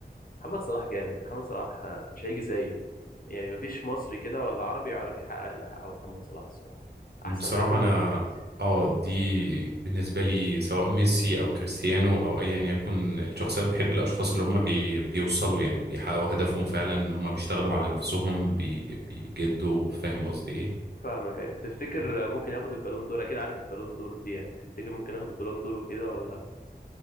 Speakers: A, on the left; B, on the right.
A: محمد صلاح جامد محمد صلاح آه، مش هيجي زيه يعني مفيش مصري كده ولا عربي يعرف يحقق اللي حققه محمد صلاح الصراحه احسن
B: بصراحة
A: لاعب في الدوري
B: أنا
A: الانجليزي
B: اه دي بالنسبة لي سواء ميسي أو كريستيانو أو أيا يكن الشخصيات بحب الأشخاص اللي هم بي بيوصلوا يعني بيحققوا هدفهم فعلا إن هم بيشتغلوا على نفسهم بي بيجدوا فاهم قصدي إيه
A: فاهمك ايوه تفتكر
B: يعني
A: ممكن ياخد البالون دور اكيد عارف البالون دور دي يعني تفتكر ممكن ياخد البالون دور وكده ولا